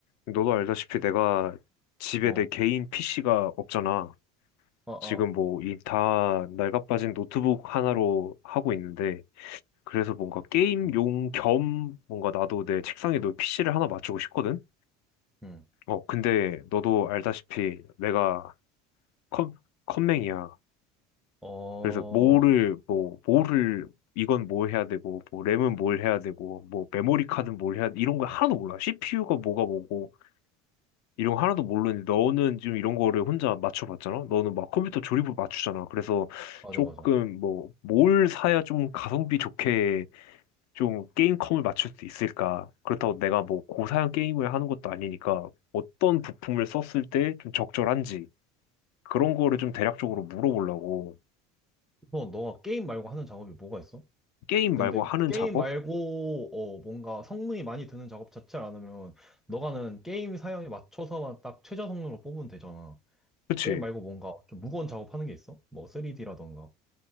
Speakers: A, on the left; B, in the centre.
A: 너도 알다시피 내가 집에
B: 어,
A: 내 개인 PC가 없잖아.
B: 어, 어,
A: 지금 뭐 이 다 낡아빠진 노트북 하나로 하고 있는데 그래서 뭔가 게임용
B: 응
A: 겸 뭔가 나도 내 책상에 너 PC를 하나 맞추고 싶거든?
B: 응,
A: 어, 근데 너도 알다시피 내가 컴, 컴맹이야.
B: 어, 어,
A: 그래서 뭐를 뭐 뭐를 이건 뭘 해야 되고 뭐 램은 뭘 해야 되고 뭐 메모리 카드는 뭘 해야 이런 거 하나도 몰라. CPU가 뭐가 뭐고 이런 거 하나도 모르는데 너는 지금 이런 거를 혼자 맞춰봤잖아? 너는 막 컴퓨터 조립으로 맞추잖아. 그래서
B: 맞아,
A: 조금
B: 맞아.
A: 뭐 뭘 사야 좀 가성비 좋게 좀 게임컴을 맞출 수 있을까? 그렇다고 내가 뭐 고사양 게임을 하는 것도 아니니까 어떤 부품을 썼을 때 좀 적절한지 그런 거를 좀 대략적으로 물어보려고.
B: 너, 너가 게임 말고 하는 작업이 뭐가 있어?
A: 게임
B: 근데
A: 말고 하는
B: 게임
A: 작업?
B: 말고, 어, 뭔가 성능이 많이 드는 작업 자체를 안 하면, 너가는 게임 사양에 맞춰서만 딱 최저 성능으로 뽑으면 되잖아.
A: 그치?
B: 게임 말고 뭔가 좀 무거운 작업하는 게 있어? 뭐 3D라던가.